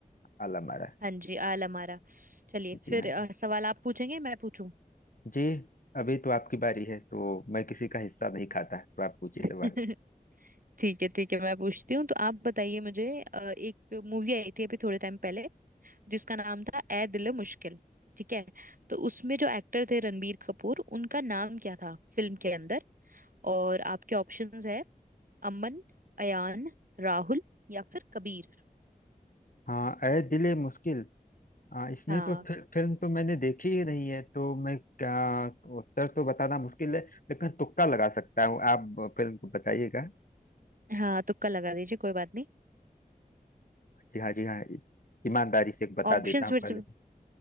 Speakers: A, on the left; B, on the right.
A: आला मारा
B: हाँ जी आल हमारा चलिए
A: जी
B: फिर
A: हाँ
B: अ,
A: जी
B: सवाल आप पूछेंगे मैं पूछूं
A: जी अभी तो आपकी बारी है तो मैं किसी का हिस्सा नहीं खाता तो आप पूछिए
B: <laughs>
A: सवाल
B: ठीक है ठीक है मैं पूछती हूँ तो आप बताइए मुझे अ, एक मूवी आई थी अभी थोड़े टाइम पहले जिसका नाम था ए दिल मुश्किल ठीक है तो उसमें जो एक्टर थे रणबीर कपूर उनका नाम क्या था फिल्म के अंदर और आपके ऑप्शंस है अमन अयान राहुल या फिर कबीर
A: हाँ ए दिले मुश्किल आ, इसमें
B: हाँ
A: तो फिर फिल्म तो मैंने देखी ही नहीं है तो मैं क्या उत्तर तो बताना मुश्किल है लेकिन तुक्का लगा सकता हूँ आप फिल्म को बताइएगा
B: हाँ तुक्का लगा दीजिए कोई बात नहीं
A: जी हाँ जी हाँ ईमानदारी से बता
B: ऑप्शंस
A: देता हूँ
B: फिर
A: पहले
B: से
A: से